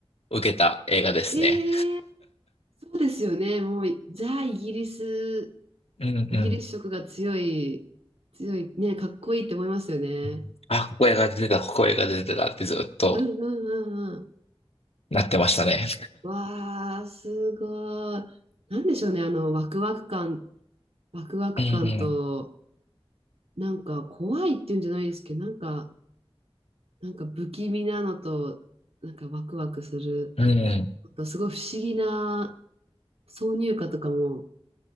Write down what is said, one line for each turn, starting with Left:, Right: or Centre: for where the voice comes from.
Left: 受けた映画ですね。
Right: ええそうですよね。もう、ザ・イギリス、
Left: うんうん。
Right: イギリス色が強い、強い、ね、かっこいいって思いますよね。
Left: うんあ、ここ映画出てた、ここ映画出てたってずっと
Right: うんうんうんうん。
Left: なってましたね。
Right: わあー、すごい。なんでしょうね、あの、ワクワク感、ワクワク感と、
Left: <laughs>
Right: なんか怖いっていうんじゃないですけど、なんか、なんか不気味なのと、なんかワクワクする、
Left: うんうん。うん。
Right: すごい不思議な挿入歌とかも、